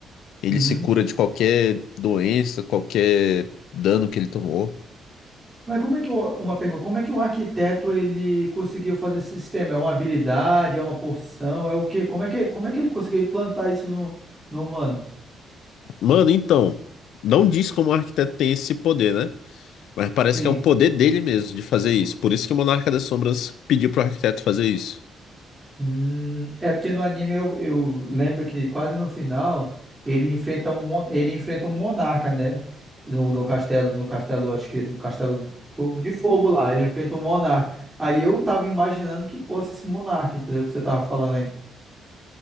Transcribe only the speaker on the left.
Ele
se cura de qualquer doença, qualquer dano que ele tomou.
Mano, então, não diz como o arquiteto tem esse poder, né? Mas parece
que é um poder dele mesmo de fazer isso. Por isso que o Monarca das Sombras pediu pro arquiteto fazer isso.